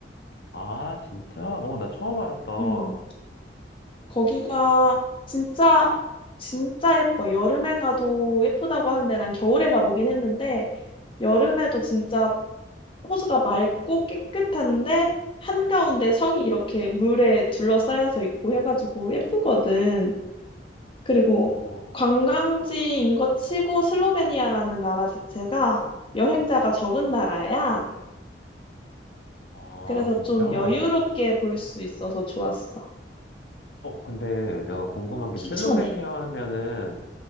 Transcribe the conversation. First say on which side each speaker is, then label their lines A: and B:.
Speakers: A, on the left (about 70°); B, on the left (about 30°).
A: 아, 진짜? 어, 나 처음 알았다.
B: 음, 거기가 진짜 진짜 예뻐. 여름에 가도 예쁘다고 하는데 난 겨울에 가보긴 했는데 여름에도 진짜 호수가 맑고 깨끗한데 한가운데 성이 이렇게 물에 둘러싸여서 있고 해가지고 예쁘거든. 그리고
A: 어,
B: 관광지인 것 치고 슬로베니아라는 나라 자체가 여행자가 적은 나라야.
A: 아,
B: 그래서
A: 진짜?
B: 좀
A: 어,
B: 여유롭게 볼 수 있어서 좋았어.
A: 근데 내가 궁금한 게
B: 추천해.
A: 슬로베니아 하면은